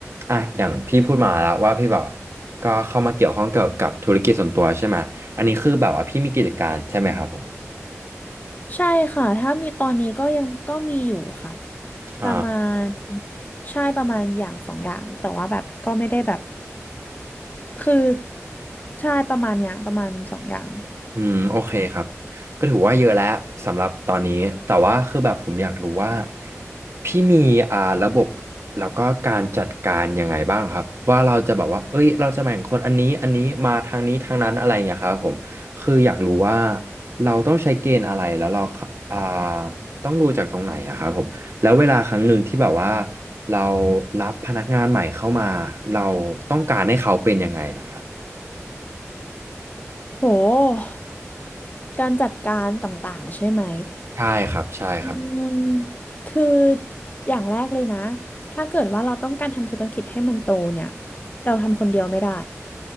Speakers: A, on the right (about 60°); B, on the left (about 35°).
A: อ่ะอย่างพี่พูดมาแล้วว่าพี่แบบก็เข้ามาเกี่ยวข้องเกี่ยวกับธุรกิจส่วนตัวใช่ไหมอันนี้คือแบบว่าพี่มีกิจการใช่ไหมครับผม
B: ใช่ค่ะถ้ามีตอนนี้ก็ยังก็มีอยู่ค่ะ
A: อ่า
B: ประมาณใช่ประมาณอย่างสองอย่างแต่ว่าแบบก็ไม่ได้แบบคือใช่ประมาณเนี้ยประมาณสองอย่าง
A: อืมโอเคครับก็ถือว่าเยอะแล้วสำหรับตอนนี้แต่ว่าคือแบบผมอยากรู้ว่าพี่มีอ่าระบบแล้วก็การจัดการยังไงบ้างครับว่าเราจะแบบว่าเอ้ยเราจะแบ่งคนอันนี้อันนี้มาทางนี้ทางนั้นอะไรอย่างเงี้ยครับผมคืออยากรู้ว่าเราต้องใช้เกณฑ์อะไรแล้วเราอ่าต้องดูจากตรงไหนอะครับผมแล้วเวลาครั้งหนึ่งที่แบบว่าเรารับพนักงานใหม่เข้ามาเราต้องการให้เขาเป็นยังไงเหรอครับ
B: โหการจัดการต่างๆใช่ไหม
A: ใช่ครับใช่ครับ
B: อืมคืออย่างแรกเลยนะถ้าเกิดว่าเราต้องการทำธุรกิจให้มันโตเนี่ยเราทำคนเดียวไม่ได้